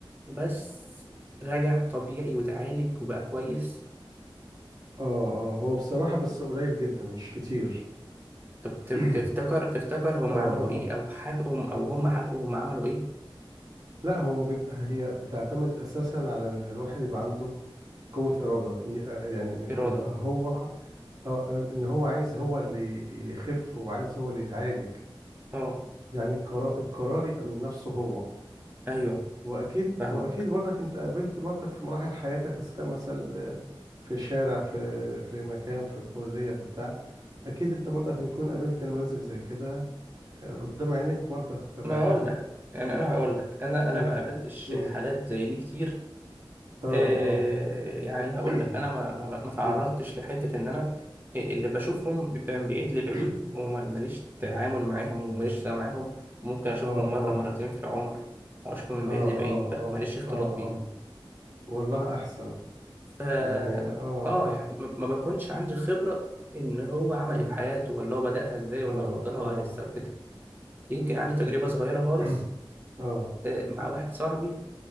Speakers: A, on the right; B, on the right.
A: بس رجع طبيعي وتعالج وبقى كويس
B: اه اه هو بصراحة بس قليل جدا مش كتير
A: طب تف-
B: <clears throat>
A: تفتكر تفتكر هم
B: اه
A: عملوا
B: اه
A: ايه او حكوا هم او هم حكوا هم عملوا ايه
B: لا هو بيبقى هي بتعتمد اساسا على ان الواحد يبقى عنده قوة إرادة ي- آه، يعني
A: إرادة
B: يبقى هو اه ان هو عايز هو اللي يخف وعايز هو اللي يتعالج
A: اه
B: يعني القرار القرار يبقى من نفسه هو
A: ايوه
B: واكيد
A: فاهمك
B: واكيد برضك انت قابلت برضك في مراحل حياتك اذا كان مثلا في شارع في في مكان في كلية في بتاع اكيد انت برضك بيكون قابلت نماذج زي كده قدام عينيك برضك تابعتها
A: ما اقول لك يعني انا هقول لك انا انا
B: مم.
A: ما قابلتش
B: مم.
A: حالات زي دي كتير
B: اه
A: آه،
B: اه
A: يعني هقول
B: <coughs>
A: لك انا ما ما ما تعرضتش
B: مم.
A: لحته ان انا اللي بشوفهم بيبقى من بعيد لبعيد
B: <coughs>
A: وماليش تعامل معاهم وماليش سلام معاهم ممكن اشوفهم
B: اه
A: مره
B: اه
A: مرتين في العمر او اشوفهم من
B: اه
A: بعيد لبعيد
B: اه
A: بقى
B: اه
A: ماليش اختلاط
B: اه
A: بيهم
B: اه والله احسن
A: ف
B: يعني اه
A: اه يعني ما ما بكونش عندي خبره ان هو عمل
B: مم.
A: ايه في حياته ولا هو بدأها ازاي ولا
B: اه
A: بطلها
B: اه
A: ولا لسه وكده يمكن عندي تجربه صغيره خالص
B: <coughs> اه
A: آه، مع واحد صاحبي